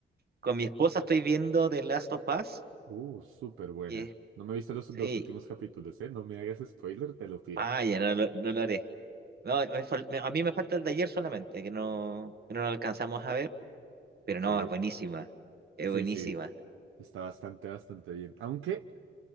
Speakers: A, on the right (about 50°); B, on the right (about 90°).
A: Con mi esposa estoy viendo The Last of Us,
B: Uh, súper buena.
A: y es-
B: No me he visto los
A: sí,
B: dos últimos capítulos, ¿eh? No me hagas spoiler, te lo pido.
A: vaya, no, lo- no lo haré. No, me fal- me- a mí me falta el de ayer solamente, que no, que no lo alcanzamos a ver, pero
B: Ok.
A: no, es buenísima, es
B: Sí,
A: buenísima.
B: sí. Está bastante, bastante bien. Aunque,